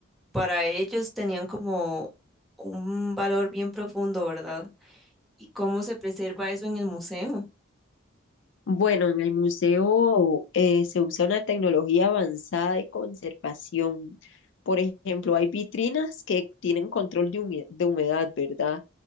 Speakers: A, in the centre; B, on the left.
A: para ellos tenían como un valor bien profundo, ¿verdad? ¿Y cómo se preserva eso en el museo?
B: Bueno, en el museo eh, se usa una tecnología avanzada de conservación. Por ejemplo, hay vitrinas que tienen control de hume- de humedad, ¿verdad?